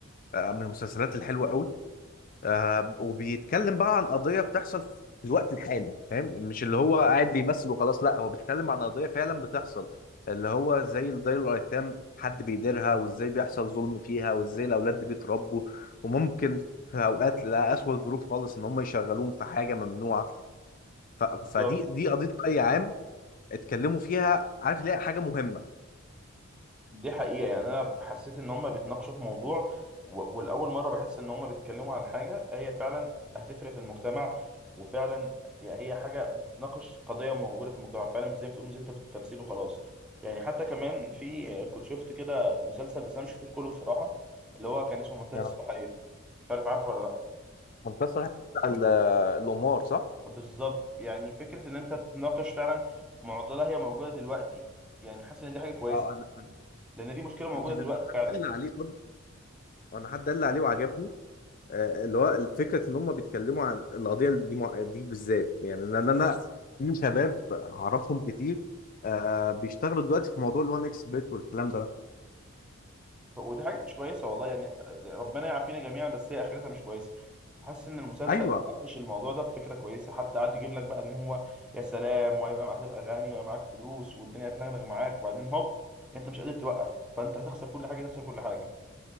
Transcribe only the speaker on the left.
آه، من المسلسلات الحلوه قوي آه وبيتكلم بقى عن قضية بتحصل في الوقت الحالي فاهم مش اللي هو قاعد بيمثل وخلاص لا هو بيتكلم عن قضية فعلا بتحصل اللي هو زي دار الأيتام حد بيديرها وازاي بيحصل ظلم فيها وازاي الأولاد دي بيتربوا وممكن في أوقات لا أسوأ ظروف خالص إن هم يشغلوهم في حاجة ممنوعة ف...
فدي دي قضية رأي عام اتكلموا فيها عارف ليه حاجة مهمة
يا
منتصر ال- الأمور صح؟
اه انا
أنا- أنا
حد قال لي عليه برضه انا حد قال لي عليه وعجبني آه، اللي هو فكره ان هم بيتكلموا عن القضيه دي مع- دي بالذات يعني ان انا في شباب اعرفهم كتير آه، بيشتغلوا دلوقتي في موضوع ال1 اكس بيت والكلام ده
ايوه